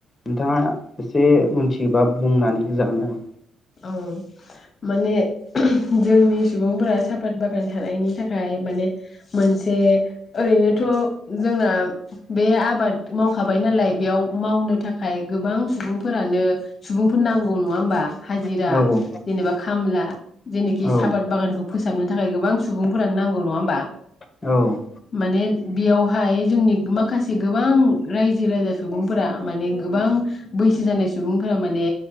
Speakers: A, on the left; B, on the left.
A: नोंथाङा एसे मिथियोबा बुंनानै होजागोन आरो
B: ओं माने जोंनि सुबुंफोरा सापात बागान थानायनि थाखाय माने मोनसे ओरैनोथ' जोंना बे आबाद मावखाबाय नालाय बेयाव मावनो थाखाय गोबां सुबुंफोरानो सुबुंफोर नांगौ नङा होमबा हाजिरा
A: आरो
B: जेनेबा खामला जेनेखि
A: औ
B: सापात बागानखौ फोसाबनो थाखाय गोबां सुबुंफोरानो नांगौ नङा होमबा
A: औ
B: माने बेयावहाय जोंनि माखासे गोबां रायजो राजा सुबुं फोरा गोबां बैसो जानाय सुबुंफोरा माने